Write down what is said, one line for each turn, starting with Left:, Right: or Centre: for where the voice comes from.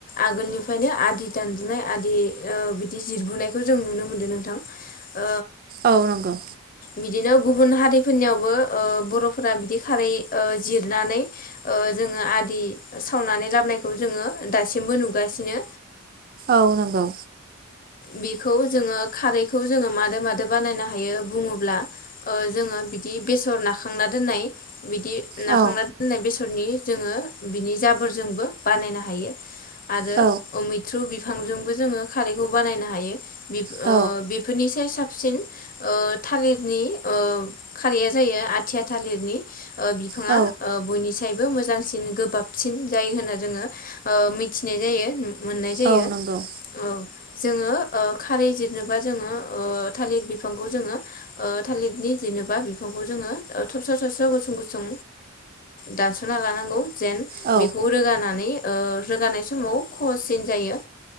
Left: आगोलनिफ्रायनो आदि दानबोननाय आदि ओ बिदि जिरबोननायखौ जों नुनो मोनदों नोंथां। ओ
Right: औ नंगौ।
Left: बिदिनो गुबुन हारिफोरनियावबो ओ बर'फोरा बिदि खारै ओ जिरनानै ओ जोङो आदि सावनानै लाबोनखौ जोङो दासिमबो नुगासिनो।
Right: औ नंगौ
Left: बिखौ जोङो खारै खौ जोङो मादो मादो बानायनो हायो बुङोब्ला जोङो ओ बिदि बेसर नाखांना दोननाय बिदि नाखांना
Right: औ
Left: दोननाय बेसरनि जोङो बिनि जाबोरजोंबो बानायनो हायो। आरो
Right: औ
Left: अमित्रु बि बिफांजोंबो जोङो खारैखौ बानायनो हायो बि
Right: औ
Left: बि से साबसिन थालिरनि खारिया जायो आथिया थालिरनि बिफाङा
Right: औ
Left: बयनि फिथाइबो मोजांसिन गोबाबसिन जायो होन्ना जोङो मिथिनाय जायो मोननाय जायो
Right: औ नंगौ
Left: औ जोङो खारै जिरनोबा जोङो थालिरिर बिफांखौ जोङो थालिरिरनि जेनेबा बिफांखौ जोङो थबस्र थबस्र' गुसुं गुसुं दानस'ना लानांगौ जेन
Right: औ
Left: बेखौ रोगानानै रोगानाय समाव खहसिन जायो